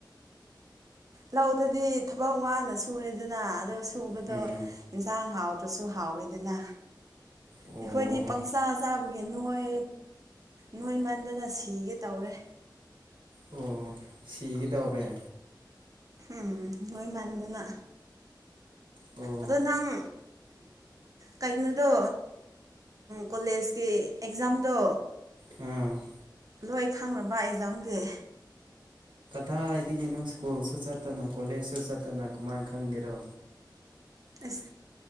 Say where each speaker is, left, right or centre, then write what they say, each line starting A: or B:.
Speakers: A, on the right; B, on the right.
A: ꯂꯧꯗꯗꯤ ꯊꯕꯛ ꯋꯥꯅ ꯁꯨꯔꯦꯗꯅ ꯑꯗꯨꯒ ꯁꯨꯕꯗꯣ
B: ꯎꯝ
A: ꯌꯦꯟꯁꯥꯡ ꯍꯥꯎꯇ꯭ꯔꯁꯨ ꯍꯥꯎꯋꯦ ꯑꯗꯨꯅ
B: ꯑꯣ
A: ꯑꯩꯈꯣꯏꯗꯤ ꯄꯪꯆꯥ ꯆꯥꯕꯒꯤ ꯅꯣꯏ ꯅꯣꯏ ꯃꯟꯗꯅ ꯁꯤꯒꯦ ꯇꯧꯔꯦ
B: ꯑꯣ ꯁꯤꯒꯗꯧꯔꯦ
A: ꯎꯝ ꯅꯣꯏ ꯃꯥꯟꯗꯅ
B: ꯑꯣ
A: ꯑꯗꯣ ꯅꯍꯪ ꯀꯒꯤꯅꯣꯗꯣ ꯀꯣꯂꯦꯖꯀꯤ ꯑꯦꯛꯖꯥꯝꯗꯣ
B: ꯑꯝ
A: ꯂꯣꯏ ꯈꯪꯅꯕ ꯑꯦꯛꯖꯥꯝꯒꯤ
B: ꯗꯥꯥꯏꯗꯒꯤꯅꯣ ꯁ꯭ꯀꯨꯜꯁꯨ ꯆꯠꯇꯅ ꯀꯣꯂꯦꯖꯁꯨ ꯆꯠꯇꯅ ꯀꯃꯥꯏꯅ ꯈꯪꯒꯦꯔꯣ
A: ꯑꯁ